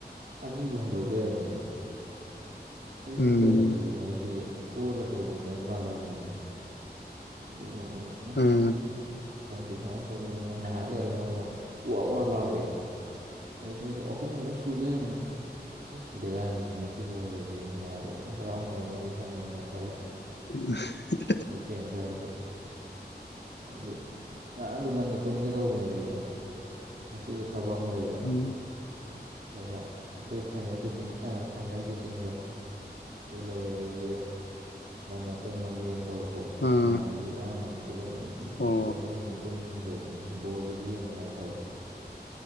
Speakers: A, on the right; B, on the left.
A: ꯑꯅꯤꯕꯨ ꯍꯟꯗꯣꯛ ꯂꯩꯔꯝꯃꯦꯅꯦ꯫ ꯀꯩꯅꯣ
B: ꯎꯝ
A: ꯇꯧꯔꯤꯁꯤꯕꯣꯅ ꯑꯩꯗꯤ ꯄꯔ ꯇꯧꯅ ꯃꯥꯜꯂꯝꯔꯕꯅꯦ꯫ ꯑꯗꯨꯒ ꯑꯃꯨꯛ ꯍꯦꯛ꯫
B: ꯑ
A: ꯈꯪꯗꯦ ꯀꯃꯥꯏꯅ ꯇꯧꯕꯅꯣ ꯅꯪ ꯉꯥꯏꯍꯥꯛ ꯂꯩꯔꯒ ꯑꯃꯨꯛ ꯎꯋꯥ ꯋꯥ ꯂꯥꯎꯔꯛꯑꯦ꯫ ꯑꯗꯨꯗꯩꯗꯤ ꯑꯍꯨꯝ ꯑꯃꯨꯛ ꯁꯨ ꯂꯩꯔꯝꯃꯦ꯫ ꯑꯦꯁ ꯕꯤꯔꯌꯥꯅꯤꯅꯦ ꯃꯁꯤꯕꯣꯜ ꯁꯤꯗꯤ ꯃꯌꯥꯝꯁꯦ ꯂꯣꯏ ꯍꯔꯥꯎꯅꯔꯝꯃꯅꯤ ꯈꯪꯉꯦꯅ ꯈꯜꯂꯦ꯫
B: <unintelligible>
A: ꯃꯣꯏ ꯐꯦꯟ ꯈꯔꯗꯤ ꯑꯩꯗꯤ꯫ ꯉꯔꯥꯡꯗꯣ ꯉꯟꯅ ꯇꯨꯝꯒꯦ ꯇꯧꯕꯅꯦꯕ ꯑꯩꯗꯣ ꯉꯁꯤꯗꯣ ꯊꯕꯛ ꯑꯃ ꯂꯩꯕ
B: ꯎꯝ꯫
A: ꯑꯗꯨꯒ ꯑꯩꯈꯣꯏ ꯐꯥꯏꯅꯦꯜ ꯇꯤꯆꯤꯡ ꯐꯥꯏꯅꯦꯜ ꯇꯤꯆꯤꯡꯗꯣ꯫ ꯑꯗꯨ ꯂꯩꯌꯦ ꯑꯩꯁꯦ ꯉꯟꯅ ꯇꯨꯝꯃꯒꯦꯅ ꯇꯧꯕ꯫ ꯑꯗꯣ
B: ꯑ
A: ꯃꯌꯥꯝꯒꯤ ꯏꯔꯥꯡ ꯃꯔꯛꯇꯨꯗ ꯑꯗꯨꯝ
B: ꯑꯣ
A: ꯇꯧ ꯂꯩꯗꯅ ꯇꯨꯝꯗ꯭ꯔꯦ ꯑꯗꯨꯅ ꯕꯣꯜꯕꯨꯗꯤ ꯌꯦꯡꯕ ꯅꯠꯇꯕ꯫